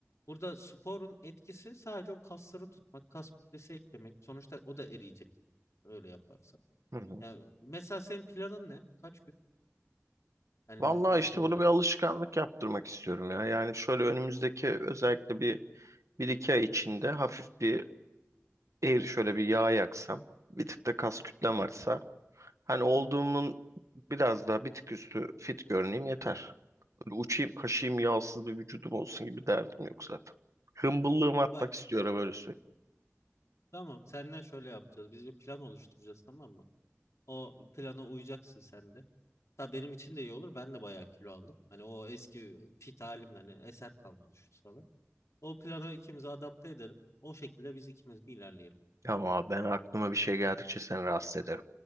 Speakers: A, on the left; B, on the right.
A: Burada sporun etkisi sadece o kasları tutmak, kas kütlesi eklemek. Sonuçta o da eriyecek. Öyle yaparsan.
B: hı hı.
A: Yani mesela senin planın ne? Kaç gün? Hani
B: Vallahi
A: vücut
B: işte
A: olarak.
B: bunu bir alışkanlık yaptırmak istiyorum ya. Yani şöyle önümüzdeki özellikle bir, bir iki ay içinde hafif bir eğri şöyle bir yağ yaksam. Bir tık da kas kütlem artsa. Hani olduğumun biraz daha bir tık üstü fit görüneyim yeter. Böyle uçayım kaşıyım yağsız bir vücudum olsun gibi derdim yok zaten. Hımbıllığımı
A: Bak
B: atmak istiyorum öyle
A: tamam seninle şöyle yapacağız. Biz bir plan oluşturacağız tamam mı? O plana uyacaksın sen de. Tabii benim için de iyi olur. Ben de bayağı kilo aldım. Hani o eski fit halimden hani eser kalmadı şu sıralar. O planı ikimize adapte edelim. O şekilde biz ikimiz bir ilerleyelim.
B: Ama ben aklıma bir şey geldikçe seni rahatsız ederim.